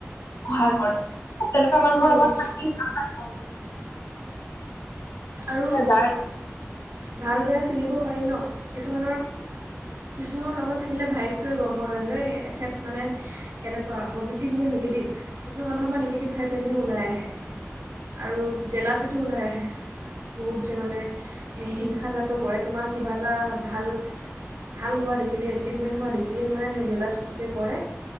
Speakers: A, on the left; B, on the right.
A: সহায় কৰে তেনেকুৱা মানুহৰ
B: উম।
A: লগত থাকি ভাল লাগে
B: আৰু
A: যাৰ
B: ভাল বেয়া চিনিব পাৰি ন কিছুমানৰ কিছুমানৰ লগত থাকিলে ভাইভটোৱে গম পোৱা যায় যে এখেত মানে কেনেকুৱা পজিটিভ নিগেটিভ কিছুমান মানুহৰ পৰা নিগেটিভ ভাইপ এনেও ওলাই আহে। আৰু জেলাচীটো ওলাই আহে। বহুত যে মানে হিংসা টাইপৰ কৰে তোমাৰ কিবা এটা ভাল। ভাল হোৱা দেখিলে এচিভমেণ্ট হোৱা দেখিলেই মানে জেলাছ যে কৰে।